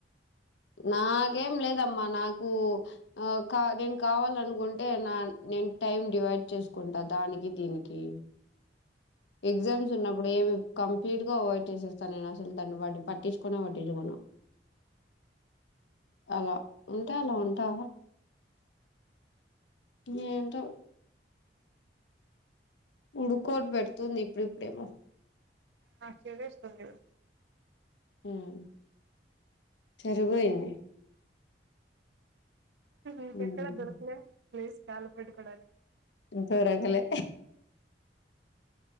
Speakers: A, on the left; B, on the right.
A: నాకేం లేదమ్మా నాకు కా నేను కావాలనుకుంటే నా నేను టైమ్ డివైడ్ చేసుకుంటా దానికి దీనికి ఎగ్జామ్స్ ఉన్నప్పుడు ఏమి కంప్లీట్ గా అవాయిడ్ చేసేస్ తన్న అసలు తన్ని వాడు పట్టిచ్చుకొనే పట్టిచ్చుకొను అలా ఉంటను ఉంటా ఏంటో ఉడుకోటి పెడుతుంది ఇప్పుడు ఇప్పుడేమో
B: నాకు చలేస్తుంది చూడు
A: మ్ సరిపోఇంది
B: ఇంకెక్కడ
A: మ్మ్
B: దొరకులే ప్లేస్ కళ్ళు పెట్టుకోడానికి
A: దొరకలే